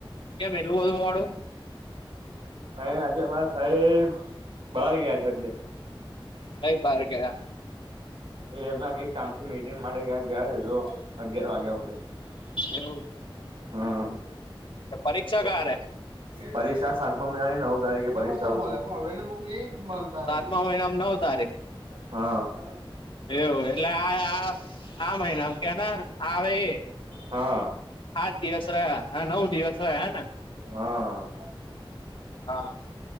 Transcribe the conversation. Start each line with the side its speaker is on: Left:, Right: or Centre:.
Left: કેમ એટલું બધું <unintelligible>
Right: અ આજે અમારા સાહેબ બહાર ગયા છે એટલે.
Left: કઈ બાર ગયા?
Right: એ એમ ના કઈ કામથી મિટિંગ માટે ક્યાં ગયા છે તો અગિયાર વાગે આવશે.
Left: એવું છે
Right: હમ.
Left: પરીક્ષા ક્યારેે?
Right: પરીક્ષા સાતમા મહિનાની નવ તારીખે પરીક્ષા આવશે. મળતા
Left: સાતમા
Right: નહી
Left: મહિનામાં નવ તારીખ
Right: હા.
Left: એવું એટલે આ આ મહિના કે આવે એ?
Right: હા
Left: આત દિવસ રહ્યા હા નવ દિવસ રહ્યા હેને?
Right: હા.
Left: હા